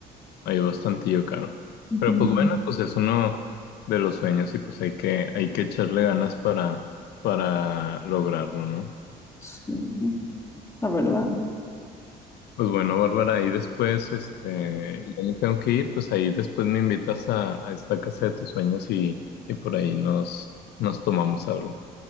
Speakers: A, on the left (about 70°); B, on the left (about 15°).
A: Hay bastantillo caro.
B: Ujú.
A: Pero pues bueno, pues es uno de los sueños y pues hay que, hay que echarle ganas para, para lograrlo, ¿no?
B: Sí, la verdad,
A: Pues bueno, Bárbara, ahí después, este, yo me tengo que ir, pues ahí después me invitas a, a esta casa de tus sueños y, y por ahí nos, nos tomamos algo.